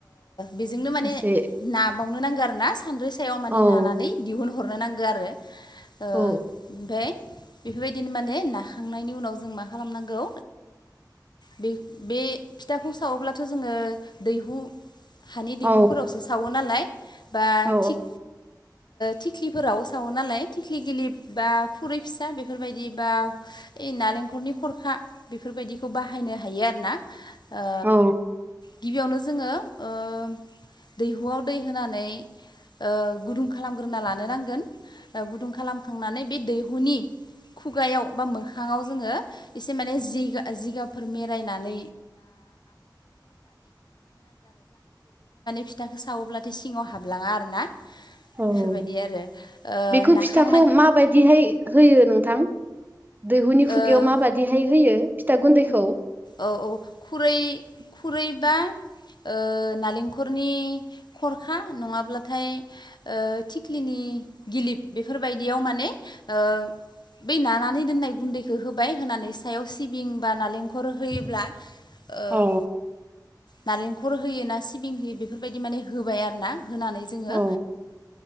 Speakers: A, on the left (about 70°); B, on the right (about 25°).
A: बेजोंनो माने
B: एसे
A: नााबावनो नांगौ आरो ना सानद्रै सायाव माने
B: औ
A: नानानै दिहुनहरनो नांगौ आरो ओमफ्राय
B: औ
A: बेफोरबायदिनो माने नाखांनायनि उनाव जों मा खालामनांगौ बे बे फिथाखौ सावोब्लाथ' जोङो दैहु हानि
B: औ
A: दैहुफोरावसो सावो नालाय बा
B: औ
A: थिग थिख्लिफोराव सावो नालाय थिख्लि गिलिब बा खुरै फिसा बेफोरबायदि बा बे नालेंखरनि खरखा बेफोरबायदिखौ बाहायनो हायो आरोना ओ
B: औ
A: गिबियावनो जोङो ओ दैहुआव दै होनानै ओ गुदुं खालामग्रोना लानो नांगोन ओ गुदुं खालामखांनानै बे दै हुनि खुगायाव बा मोखाङाव जोङो एसे माने जिगाबफोर मेर <unintelligible> फाथाखौ सावोब्ला सिङाव हाबलाङा आरो ना
B: औ
A: बेफोरबायदि आरो ओ
B: बेखौ
A: नाखांनाय
B: फिथाखौ माबायदिहाय होयो नोंथां दैहुनि खुगायाव
A: ओ
B: माबा बादिहाय होयो फिथा गुन्दैखौ?
A: औ औ खुरै खुरैबा ओ नालेंखरनि खरखा नङाब्लाथाय ओ थिख्लिनि गिलिप बेफोरबायदियाव माने ओ बे नानानै दोननाय गुन्दैखौ होबाय होनानै सायाव सिबिं बा नालेंख होयोब्ला ओ
B: औ
A: नारेंखल होयो ना सिबिं होयो बेफोरबायदि माने होबाय आरो ना होनानै जोङो
B: औ